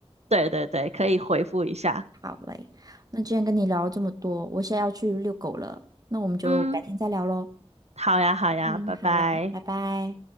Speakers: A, on the right; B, on the right.
A: 对对对，可以回复一下。
B: 好嘞，那今天跟你聊了这么多，我现在要去遛狗了，那我们就改天再聊喽。
A: 嗯，好呀，好呀，
B: 嗯，
A: 拜拜。
B: 好了，拜拜。